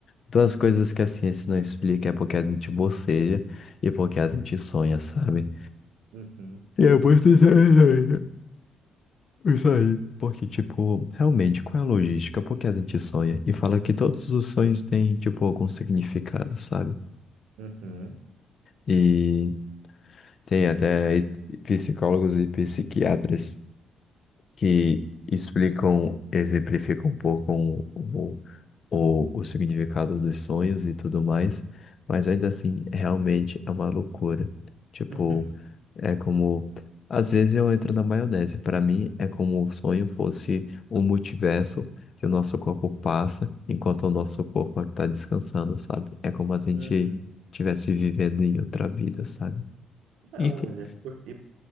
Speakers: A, on the left; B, on the right.
A: duas coisas que a ciência não explica é porque a gente boceja e porque a gente sonha, sabe?
B: Uhum,
A: E é muito interessante. Isso aí. Porque, tipo, realmente, qual é a logística? Por que a gente sonha? E fala que todos os sonhos têm, tipo, algum significado, sabe?
B: uhum,
A: E tem até psicólogos e psiquiatras. que explicam, exemplificam um pouco o, o, o o significado dos sonhos e tudo mais, mas ainda assim, realmente é uma loucura. Tipo,
B: <laughs>
A: é como. Às vezes eu entro na maionese. Para mim, é como o sonho fosse um multiverso que o nosso corpo passa enquanto o nosso corpo está descansando, sabe? É como a gente
B: uhum.
A: estivesse vivendo em outra vida, sabe?
B: Ah,
A: Enfim.
B: olha, porque